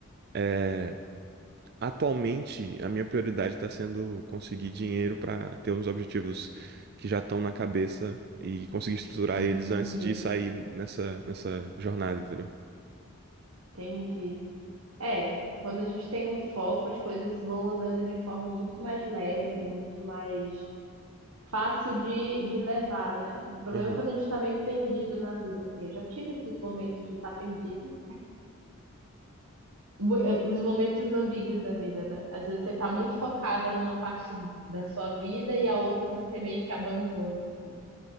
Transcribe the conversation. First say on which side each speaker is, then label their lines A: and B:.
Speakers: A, on the right; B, on the right.
A: eh, atualmente a minha prioridade está sendo conseguir dinheiro para ter uns objetivos que já estão na cabeça e conseguir estruturar
B: Entendi,
A: eles antes de sair nessa, nessa jornada, entendeu?
B: entendi. É, quando a gente tem um foco, as coisas vão andando de forma muito mais leve, muito mais fácil de, de levar, né? O problema
A: Aham.
B: é quando a gente tá meio perdido na vida, assim. Eu já tive esses momentos de estar tá perdido, Bu- eh, os momentos ambíguos da vida, né? Às vezes você tá muito focada numa parte da sua vida e a outra você meio que abandona, assim. né?